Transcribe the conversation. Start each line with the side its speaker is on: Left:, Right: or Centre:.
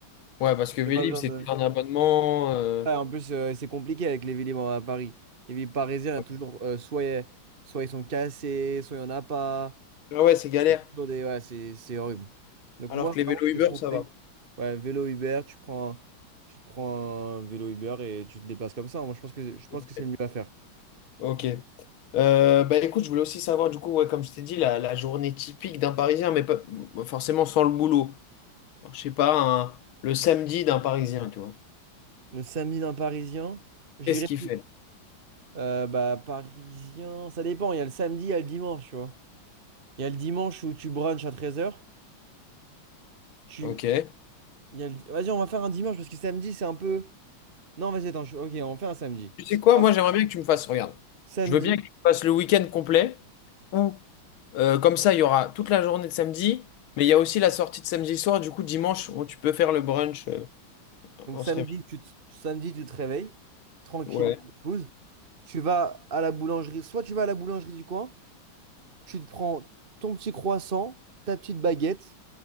Left: Ouais, parce que Vélib,
Right: Y a pas besoin
Left: c'est
Right: de.
Left: tout un abonnement. euh,
Right: Ah, en plus, euh, c'est compliqué avec les Vélib à Paris. Les Vélib parisiens,
Left: Ouais.
Right: toujours, euh, soit, y a- soit ils sont cassés, soit il n'y en a pas.
Left: Ah ouais, c'est galère.
Right: Toujours des- ouais, c'est c'est horrible. Donc
Left: Alors
Right: moi,
Left: que les
Right: vraiment,
Left: vélos Uber,
Right: je te conseille.
Left: ça va.
Right: Ouais, vélo Uber, tu prends, tu te prends un vélo Uber et tu te déplaces comme ça. Moi, je pense que, je pense
Left: Ok.
Right: que c'est le mieux à faire.
Left: Ok. Euh, bah écoute, je voulais aussi savoir, du coup, ouais, comme je t'ai dit, la, la journée typique d'un Parisien, mais pas forcément sans le boulot. Alors, je sais pas, un- le samedi d'un Parisien, tu vois.
Right: Le samedi d'un Parisien, j'irai
Left: Qu'est-ce qu'il
Right: plus.
Left: fait?
Right: Euh, bah, Parisien, ça dépend. Il y a le samedi, il y a le dimanche, tu vois. Il y a le dimanche où tu brunches à treize heures Tu...
Left: Ok.
Right: il y a le- Vas-y, on va faire un dimanche parce que samedi, c'est un peu... Non, vas-y, attends. je- Ok, on fait un samedi.
Left: Tu sais quoi,
Right: Hop.
Left: moi, j'aimerais bien que tu me fasses, regarde.
Right: Samedi.
Left: Je veux bien que tu me fasses le week-end complet. ou. Euh, comme ça, il y aura toute la journée de samedi, mais il y a aussi la sortie de samedi soir. Du coup, dimanche, on- tu peux faire le brunch. euh,
Right: Donc
Left: on
Right: samedi,
Left: se réveille.
Right: tu te, samedi, tu te réveilles tranquillement,
Left: Ouais,
Right: épouse. Tu vas à la boulangerie. Soit tu vas à la boulangerie du coin, tu te prends ton petit croissant, ta petite baguette,